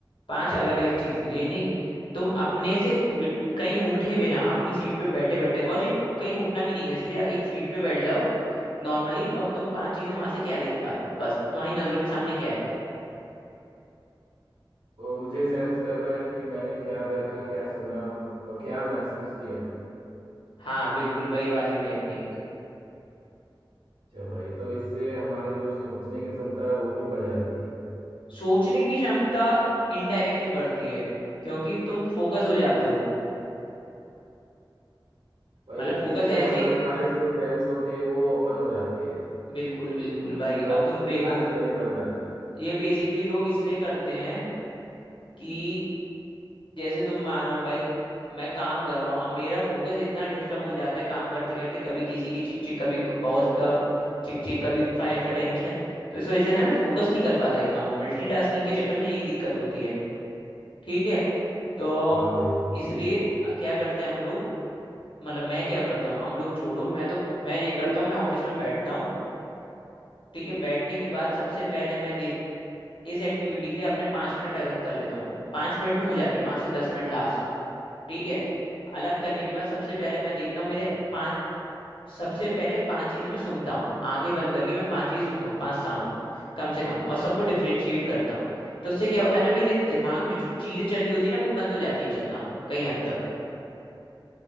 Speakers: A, on the left (about 75°); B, on the right (about 85°).
A: पांच अलग अलग चीजें ये नहीं तुम अपने से बि- कहीं उठे बिना अपनी सीट पे बैठे बैठे और ये कहीं उठना भी नहीं है इसके लिए एक सीट पे बैठ जाओ नॉर्मली और तुम पांच चीजें वहां से क्या देख पा रहे हो बस तुम्हारी नजरों के सामने क्या है
B: तो मुझे सेंस करना है कि मैंने क्या देखा क्या सुना और क्या महसूस किया
A: हाँ बिल्कुल वही वाली टेक्निक
B: अच्छा भाई तो इससे हमारी जो सोचने की क्षमता है वो भी बढ़ जाती है
A: सोचने की क्षमता इनडायरेक्टली बढ़ती है क्योंकि तुम फोकस हो जाते हो
B: वही
A: मतलब
B: है
A: फोकस
B: इसमें
A: ऐसे
B: हमारी फाइल जो फ्रेंड्स होती है वो ओपन हो जाती है
A: बिल्कुल बिल्कुल भाई
B: मतलब
A: अब
B: उसकी
A: तुम देखो
B: कार्यशैली बढ़ जाती है
A: ये बेसिकली लोग इसलिए करते हैं कि जैसे तुम मानो भाई मैं काम कर रहा हूँ अब मेरा फोकस इतना डिस्टर्ब हो जाता है काम करते करते कभी किसी की चिक चिक कभी बॉस का चिक चिक कभी फाइल का टेंशन तो इस वजह से ना मैं फोकस नहीं कर पाता एक काम में मल्टीटास्किंग के चक्कर में यही दिक्कत होती है ठीक है तो
B: हाँ भाई
A: इसलिए क्या करते हैं हम लोग मतलब मैं क्या करता हूँ हम लोग छोड़ो मैं तो मैं ये करता हूँ मैं ऑफिस में बैठता हूँ ठीक है बैठने के बाद सबसे पहले मैं देख इस एक्टिविटी के लिए अपने पाँच मिनट अलग कर लेता हूँ पाँच मिनट में हो जाती है पाँच से दस मिनट लास्ट ठीक है अलग करने के बाद सबसे पहले मैं देखता हूँ मेरे पांच सबसे पहले पांच चीजें मैं सुनता हूँ आंखें बंद करके मैं पांच चीजें सुनता हूँ पांच साउंड कम से कम और सबको डिफ्रेंशिएट करता हूँ तो उससे क्या होता है ना मेरे दिमाग में जो चीजें चल रही होती है ना वो बंद हो जाती हैं चलना कहीं हद तक